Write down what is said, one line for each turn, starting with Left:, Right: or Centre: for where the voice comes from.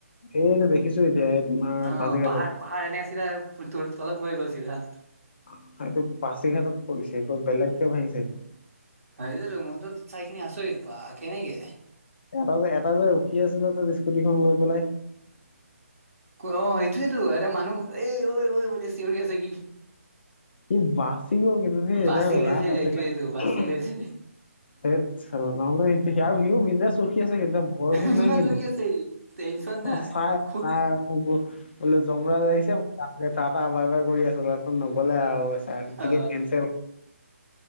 Left: এইনে দেখিছো এতিয়া। তোমাৰ
Right: অ'
Left: পাছিঘাটত
Right: পাহা পাহাৰ এনে চিধা ত তলক পৰি গল চিধা।
Left: আহ এইটো পাচিঘাটত পৰিছে এইব বেলেগকে ভাঙিছে এইটো।
Right: আহ ত মদ চাইখিনি আছৰিত্ বাঁহ কেনেকে? <unintelligible>
Left: এটা যে এটা যে ৰখি আছিলে তাত স্কুটিখন লৈ পেলাই। <unintelligible>
Right: অ' সেইটোয়েতো এ মানুহ এ ঐ, ঐ বোলে চিঞৰি আছে কি?
Left: ই বাচি গল কিন্তু দেই
Right: বাচিলে
Left: তাৰ লাক
Right: যে
Left: আছিলে।
Right: সেইটোয়েতো বাচিলে
Left: <unintelligible>
Right: যে
Left: সেই চালা নহ'লে স বিন্দাছ ৰখি আছে কিন্তু ভয় ভূত
Right: বিন্দাছ
Left: নাই কিন্তু।
Right: বকি আছে ই
Left: <unintelligible>
Right: টেনচন নাই।
Left: অ' চাই,
Right: ফুট
Left: চাই বোলে জমৰায আহিছে ম <unintelligible> তবাৰপা বাই বাই কৰি আছে তাপা নগলেআও কন্সেল
Right: অ
Left: <unintelligible> <unintelligible>